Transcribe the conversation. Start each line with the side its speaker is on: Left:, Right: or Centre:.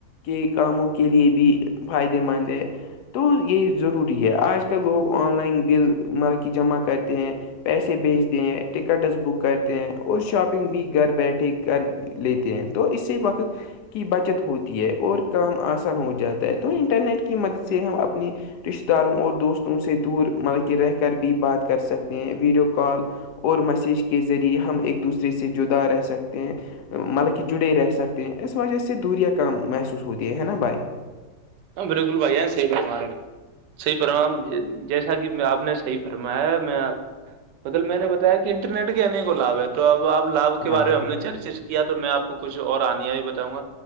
Left: کے کاموں کے لیے بھی فائدے مند ہے تو یہ ضروری ہے آج ک آج کل لوگ آن لائن بل مر کی جمع کرتے ہیں پیسے بیچتے ہیں ٹکٹس بک کرتے ہیں اور شاپنگ بھی گھر بیٹھے کر لیتے ہیں تو اسی وقت کی بچت ہوتی ہے اور کام آسان ہو جاتا ہے تو انٹرنیٹ کی مدد سے ہم اپنی رشت داروں اور دوستوں سے دور مطلب کہ رہ کر بھی بات کر سکتے ہیں ویڈیو کال اور میسیج کے ذریعے ہم ایک دوسرے سے جدا رہ سکتے ہیں مطلب کہ جڑے رہ سکتے ہیں اس وجہ سے دوریاں کام محسوس ہوتی ہے نا بھائی
Right: ہ بالکل بھائی ج صیح ب سناے <unintelligible> صحیح فرم جیسا کہ آپ نے صحیح فرمایا ہے میںپ <inaudible> مطلب میں نے بتایا کہ انٹرٹ کے آنے کو لابھ ہے تو اب آپ لابھ کے
Left: ہاں
Right: بارے
Left: بھائی
Right: میں
Left: جان
Right: ہم نے چرچر کیا تو میں آپ کو کچھ اور آنایا بھی بتاؤں گا